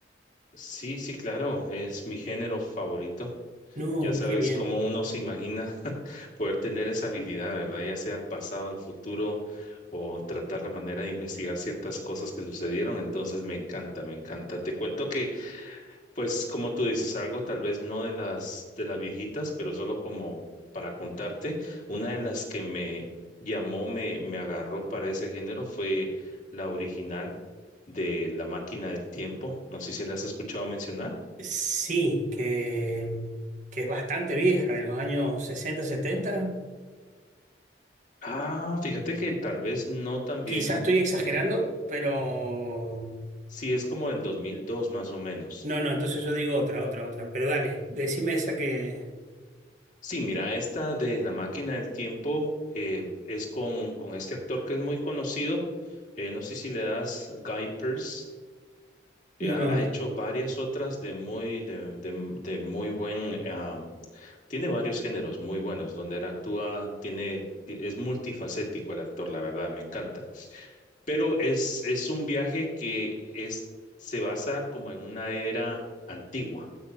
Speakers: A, on the left; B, on the right.
A: Sí, sí, claro, es mi género favorito.
B: No,
A: Ya sabes
B: qué bien.
A: cómo uno se imagina <laughs> poder tener esa habilidad, ¿verdad? Ya sea al pasado, al futuro, o tratar la manera de investigar ciertas cosas que sucedieron. Entonces me encanta, me encanta. Te cuento que, pues, como tú dices, algo tal vez no de las de las viejitas, pero solo como para contarte, una de las que me llamó, me, me agarró para ese género fue la original de La Máquina del Tiempo. No sé si la has escuchado mencionar.
B: Sí, que, que es bastante vieja, de los años 60 70.
A: Ah, fíjate que tal vez no tan
B: Quizás
A: vieja.
B: estoy exagerando, pero...
A: Sí, es como del 2002 más o menos.
B: No, no, entonces yo digo otra, otra, otra. Pero dale, decime esa que...
A: Sí, mira, esta de La Máquina del Tiempo eh, es con, con este actor que es muy conocido. Eh, no sé si le das Guy Pearce.
B: No,
A: Eh, ha, ha
B: no.
A: hecho varias otras de muy, de, de- de muy buen... ah, tiene varios géneros muy buenos donde él actúa, tiene, es multifacético el actor, la verdad, me encanta. Pero es, es un viaje que es, se basa como en una era antigua.